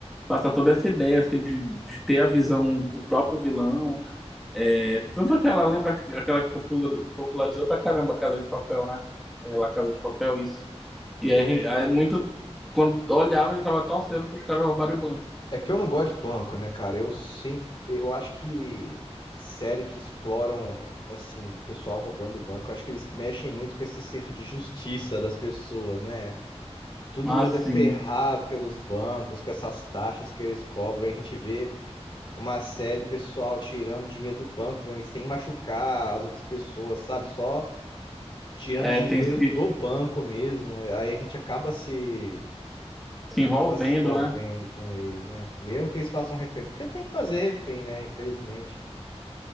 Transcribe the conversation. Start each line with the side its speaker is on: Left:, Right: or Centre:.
Centre: passa toda essa ideia assim de, de ter a visão do próprio vilão. É, tanto aquela, lembra aquela que popular- popularizou pra caramba a Casa de Papel, né? É, lá Casa de Papel, isso. E aí, a gente- aí muito quando olhava, já tava torcendo pros caras roubarem o banco.
Left: É que eu não gosto de banco, né, cara? Eu sempre, eu acho que série que exploram, assim, o pessoal roubando banco, eu acho que eles mexem muito com esse senso de justiça das pessoas, né? Todo
Centre: Assim,
Left: mundo é ferrado pelos bancos com essas taxas que eles cobram. Aí a gente vê uma série do pessoal tirando dinheiro do banco mesmo e sem machucar as outras pessoas, sabe? Só tirando
Centre: é,
Left: dinheiro
Centre: tem se,
Left: do banco mesmo. Aí a gente acaba se
Centre: se
Left: acaba
Centre: envolvendo,
Left: se envolvendo
Centre: né?
Left: com eles, né? Mesmo que eles façam refém, porque tem que fazer refém, né? Infelizmente.